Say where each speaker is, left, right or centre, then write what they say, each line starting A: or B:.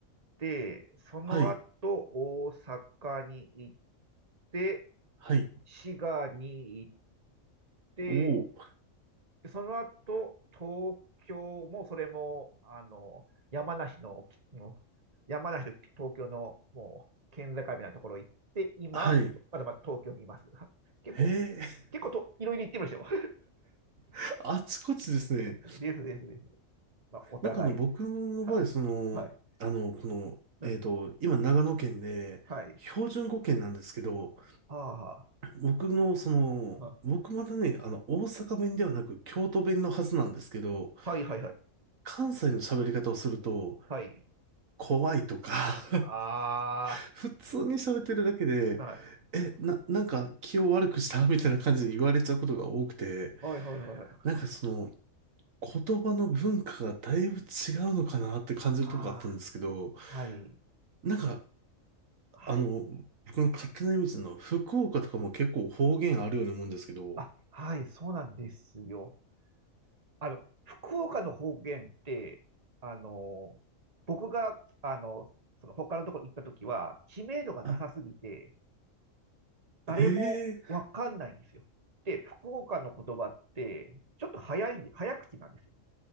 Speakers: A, on the right (about 30°); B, on the right (about 75°).
A: て、その後大阪に行っ
B: はい。
A: て、
B: はい。
A: 滋賀に行っで、
B: おお。
A: その後、東京もそれも、あの、山梨の、もう山梨と東京のもう県境みたいなところ行って、今、
B: はい。
A: まだまだ東京にいます。<laughs> 結構、
B: へえ、
A: 結構と、いろいろ行ってましょ
B: <laughs> あちこちですね。
A: <laughs> ですですです。まあ、お互いです。
B: なんかあの、僕の場合、
A: <laughs> はい。
B: その、
A: はい。
B: あの、この、
A: うん。
B: えっと、今長野県で、
A: はい。
B: 標準語圏なんですけど、
A: あ
B: 僕の、その、
A: あ。
B: 僕またね、あの、大阪弁ではなく京都弁のはずなんですけど、
A: はいはいはいはい。
B: 関西の喋り方をすると、
A: はい。
B: 怖いとか <laughs>
A: あ
B: 普通に喋ってるだけで、
A: あ。はい。
B: え、な、なんか気を悪くしたみたいな感じで言われちゃうことが多くて、
A: はいはいはいはい。
B: なんかその、言葉の文化がだいぶ違うのかなって感じるとこがあったんですけど、
A: ああ。はい。
B: なんか、
A: はい。
B: あの、僕の勝手なイメージの福岡とかも結構方言あるように思うんですけど、
A: あ、はい。そうなんですよ。あの、福岡の方言って、あの、僕が、あの、その他のところに行った時は、知名度がなさすぎて、
B: あ、
A: 誰もわかんないんですよ。
B: へえ、
A: で、福岡の言葉って、ちょっと早い、早口なんですよ。